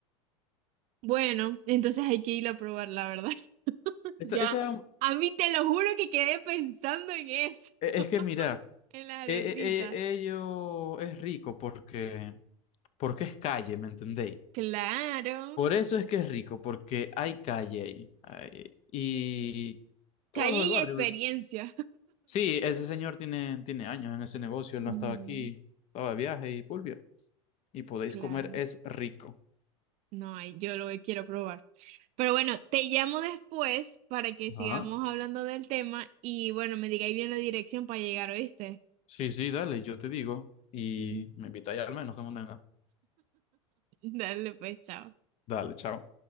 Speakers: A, on the right; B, on the left.
A: Bueno, entonces hay que ir a probar, la verdad. <laughs>
B: Esa,
A: Ya,
B: esa,
A: a mí te lo juro que quedé pensando en eso,
B: e- es que mira,
A: <laughs> en la arepita.
B: e- e- e- ello es rico porque, porque es calle, ¿me entendéis?
A: Claro,
B: Por eso es que es rico, porque hay calle ahí. Ay, y todos
A: calle
B: los del
A: y
B: barrio.
A: experiencia.
B: Sí, ese señor tiene, tiene años en ese negocio, él
A: <laughs>
B: no
A: Ujú,
B: estaba aquí, estaba de viaje y pulvia. Y podéis
A: claro.
B: comer, es rico.
A: No hay, yo lo quiero probar. Pero bueno, te llamo después para que sigamos
B: Ajá.
A: hablando del tema y bueno, me digáis bien la dirección para llegar, ¿oíste?
B: Sí, sí, dale, yo te digo y
A: <laughs>
B: me invitáis al menos que venga,
A: Dale, pues, chao.
B: Dale, chao.